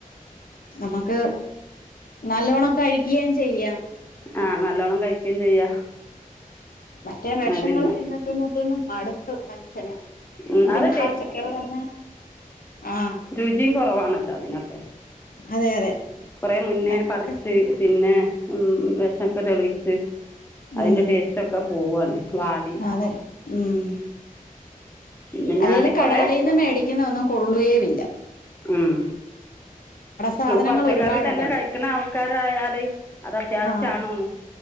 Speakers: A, on the left; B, on the left.
A: നമക്ക് നല്ലോണം കഴിക്കുകയും ചെയ്യാം
B: ആഹ് നല്ലോണ്ണം കഴിക്കുകയും ചെയ്യാം
A: മറ്റേ വെഷങ്ങള്
B: ആ പിന്നെ
A: തിന്ന് തിന്ന് തിന്നു മടുത്തു മനുഷ്യന്
B: ഉം
A: പിന്നെ
B: അത്
A: പച്ചക്കറി തന്നെ ആഹ്
B: രുചിംകൊറവാണല്ലോ അതിനൊക്കേ
A: അതെ അതെ
B: കൊറെ മുന്നേ
A: ഞങ്ങൾക്ക്
B: പറിച്ച് പിന്നെ ഉം വിഷമൊക്കെ തെളിച്ച് അതിന്റെ
A: ഉം
B: ടേസ്റ്റ് ഒക്കെ പോവാണ്. വാടി
A: അതെ ഉം
B: പിന്നെ
A: അല്ലെങ്കില്
B: ഞാന്
A: കടകളീന്ന്
B: കൊറെ
A: മേടിക്കുന്ന ഒന്നും കൊള്ളുവേ ഇല്ല
B: ഉം
A: സാധനങ്ങൾ
B: പച്ചക്കറി
A: ഒരുപാടുണ്ടല്ലോ
B: തന്നെ കഴിക്കണ ആൾക്കാരായാല് അത് അത്യാവശ്യണ്
A: ആഹ്